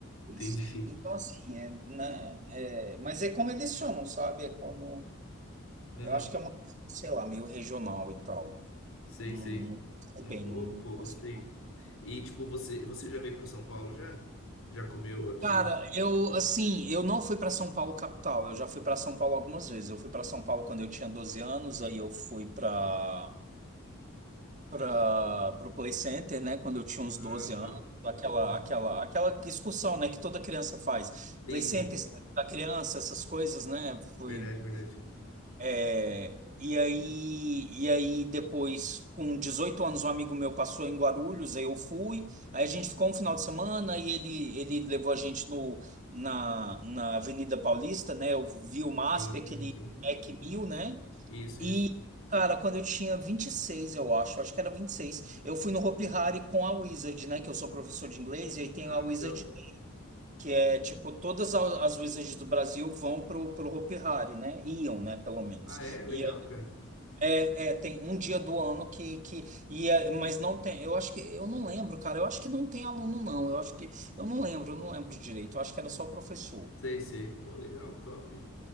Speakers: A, on the right; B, on the left.
A: isso.
B: Entendi.
A: Então, assim, é, né? é, mas é como eles chamam, sabe? É como.
B: Aham.
A: Eu acho que é uma coisa, sei lá, meio regional e tal.
B: Sei,
A: Não,
B: sei.
A: não sei
B: Não,
A: bem,
B: boa,
A: não, não
B: pô,
A: consigo.
B: gostei. E, tipo, você, você já veio pra São Paulo já? Já comeu aqui?
A: Cara, eu assim, eu não fui para São Paulo capital. Eu já fui para São Paulo algumas vezes. Eu fui para São Paulo quando eu tinha 12 anos, aí eu fui para para o Play Center, né, quando eu tinha uns
B: Ah,
A: 12 anos,
B: tá.
A: aquela
B: Uhum.
A: aquela aquela excursão, né, que toda criança faz.
B: Sim,
A: Play Center,
B: sim, sim.
A: Estádio da criança, essas coisas, né? Fui
B: Verdade, verdade.
A: É, e aí, e aí depois, com 18 anos, um amigo meu passou em Guarulhos, aí eu fui. Aí a gente ficou um final de semana e ele, ele levou a gente no, na, na Avenida Paulista, né? Eu vi o MASP,
B: Sim,
A: aquele
B: sim, sim.
A: Mac 1000 né?
B: Isso,
A: E,
B: isso.
A: cara, quando eu tinha 26 eu acho, acho que era 26 eu fui no Hopi Hari com a Wizard, né? Que eu sou professor de inglês, e aí tem
B: Ah,
A: a Wizard
B: legal.
A: que é tipo, todas a- as Wizards do Brasil vão pro, pro Hopi Hari, né? Iam, né, pelo menos.
B: Ah, é? Legal,
A: E
B: cara.
A: é, é, tem um dia do ano que, que e é- mas não tem, eu acho que, eu não lembro, cara, eu acho que não tem aluno, não, eu acho que, eu não lembro, eu não lembro direito, eu acho que era só professor.
B: Sei, sei. Pô, legal, top.